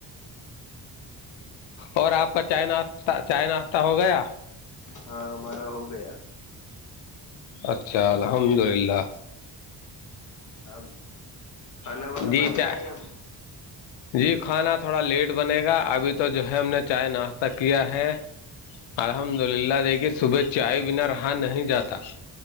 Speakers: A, on the left (about 80°); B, on the left (about 45°).
A: اور آپ کا چائے ناشہ چائے ناشہ ہو گیا
B: ہاں ہمارا ہو گیا
A: اچھا الحمد للہ
B: اب کھانا وانا
A: جی
B: بن رہا
A: چائے
B: ہے اب
A: جی کھانا تھوڑا لیٹ بنے گا ابھی تو جو ہے ہم نے چائے ناشتہ کیا ہے الحمد للہ دیکھیے صبح چائے بنا رہا نہیں جاتا